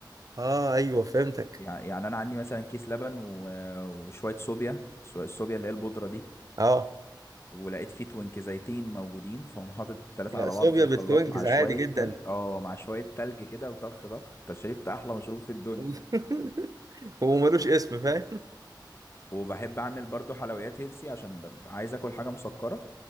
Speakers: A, on the right; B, on the left.
A: اه ايوه فهمتك
B: يع- يعني انا عندي مثلا كيس لبن و- وشويه صوبيا سو- الصوبيا اللي هي البودره دي
A: اه
B: ولقيت فيه توينك زيتين موجودين فهم حاطط التلاته
A: يا
B: على
A: صوبيا
B: بعض في الخلاط
A: بالتوينكس
B: مع شويه
A: عادي جدا
B: تلج اه مع شويه تلج كده وطخ طخ انت شربت احلى مشروب في الدنيا
A: <laughs> وملوش اسم فاهم
B: وبحب اعمل برضو حلويات هيلسي عشان ببقى عايز اكل حاجه مسكره